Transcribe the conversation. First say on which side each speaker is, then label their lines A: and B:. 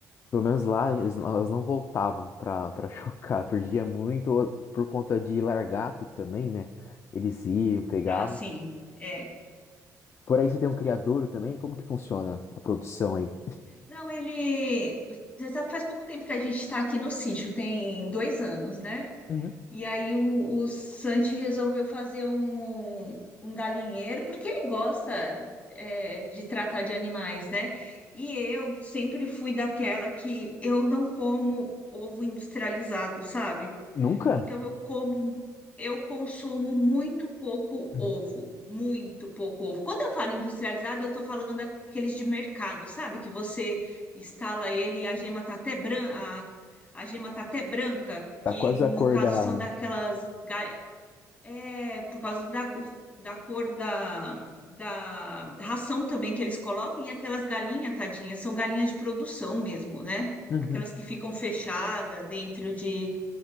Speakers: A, on the left; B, on the left.
A: Pelo menos lá, eles elas não voltavam pra, pra <laughs> chocar. Perdia muito ou por conta de largato também, né? Eles iam, pegavam.
B: Ah, sim. É.
A: Por aí você tem um criadouro também? Como que funciona a produção aí?
B: Não, ele. Você sabe, faz pouco tempo que a gente está aqui no sítio, tem dois anos, né?
A: Uhum,
B: E aí o, o Santi resolveu fazer um, um galinheiro, porque ele gosta, é, de tratar de animais, né? E eu sempre fui daquela que eu não como ovo industrializado, sabe?
A: Nunca?
B: Então eu como, eu consumo muito pouco
A: uhum,
B: ovo, muito pouco ovo. Quando eu falo industrializado, eu estou falando aqueles de mercado, sabe? Que você instala ele e a gema tá até branca, a, a gema tá até branca,
A: Tá
B: que
A: quase
B: no
A: a cor
B: caso
A: da.
B: são daquelas, ga- é, por causa da, co- da cor da Da ração também que eles colocam, e aquelas galinhas, tadinhas, são galinhas de produção mesmo, né?
A: uhum,
B: Aquelas que ficam fechadas dentro de,